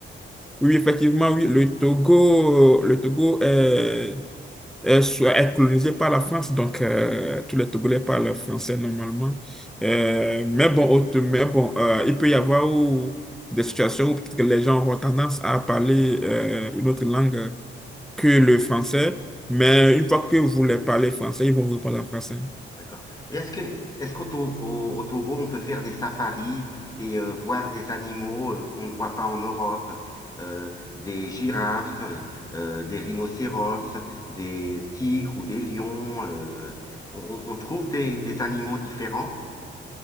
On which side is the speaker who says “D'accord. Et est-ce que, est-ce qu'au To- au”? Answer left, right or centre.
Left